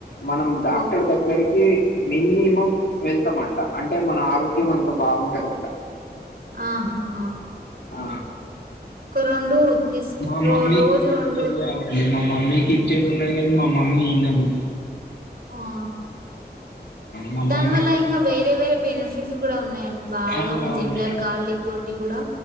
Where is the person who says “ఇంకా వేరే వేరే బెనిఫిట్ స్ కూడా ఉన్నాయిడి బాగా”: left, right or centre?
Right